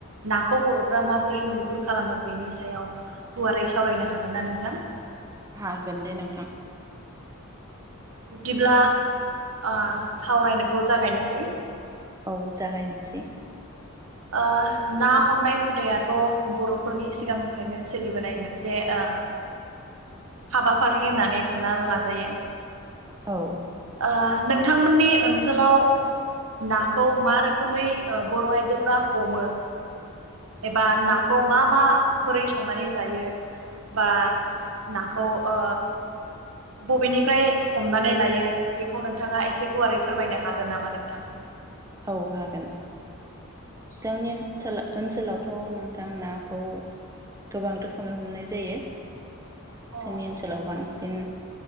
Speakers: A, on the right; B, on the right.
A: नाखौ बर'फ्रा माबोरै मैहुर खालामो बेनि सायाव गुवारै सावरायनो हागोन ना नोंथां।
B: हागोन दे नोंथां
A: बिब्दिब्ला ओ सावरायनोखौ जागायनोसै
B: औ जागायनोसै
A: ओ ना हमनाय हुदायाथ' बर'फोरनि सिगांनिफ्रायनो सोलिबोनाय मोनसे ओ हाबाफारि होननानै सानना लाजायो।
B: औ
A: ओ नोंथांमोननि ओनसोलाव नाखौ मा रोखोमै ओ बर' आइजो फ्रा हमो एबा नाखौ मा मा बोरै संनानै जायो बा नाखौ ओ बबेनिफ्राय हमनानै लायो बेखौ नोंथाङा एसे गुवारै फोरमायनो हागोन नामा नोंथां?
B: औ हागोन जोंनि ओनथो ओनसोलावथ' नोंथां नाखौ गोबां रोखोमै हमनाय जायो।
A: अ
B: जोंनि ओनसोलाव बांसिन
A: नंगौना